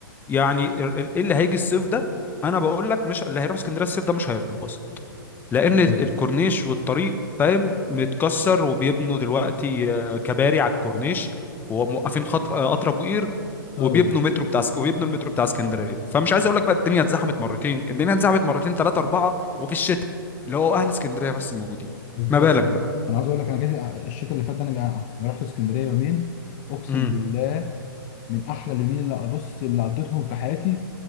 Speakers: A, on the left (about 15°); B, on the left (about 35°).
A: يعني ال- ال- إيه اللي هيجي الصيف ده انا بقول لك مش اللي هيروح اسكندريه الصيف ده مش هيتبسط لان ال-
B: ايوه
A: الكورنيش والطريق فاهم متكسر وبيبنوا دلوقتي آه، كباري على الكورنيش وموقفين خط آه، قطر ابو قير
B: ايوه
A: وبيبنوا مترو بتاع اسك- وبيبنوا المترو بتاع اسكندريه فمش عايز اقول لك بقى الدنيا اتزحمت مرتين الدنيا اتزحمت مرتين ثلاثه اربعه وفي الشتاء اللي هو اهل اسكندريه بس موجودين
B: بالظبط
A: ما بالك
B: بالظبط
A: بقى
B: انا عايز اقول لك انا جيت الشتاء اللي فات ده انا جا- انا رحت اسكندريه يومين اقسم
A: امم
B: بالله من احلى اليومين اللي ابص اللي قضيتهم في حياتي